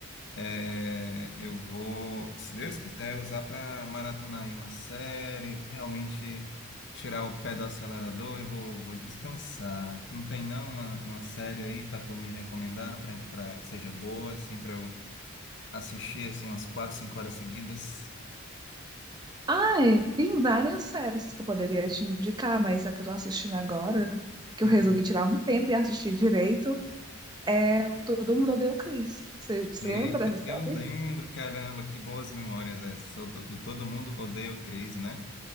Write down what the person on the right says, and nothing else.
Ai, tem várias séries que eu poderia te indicar, mas a que eu tô assistindo agora, que
eu resolvi tirar um tempo e assistir direito, é o Todo Mundo Odeia o Chris. Você se
lembra dessa série?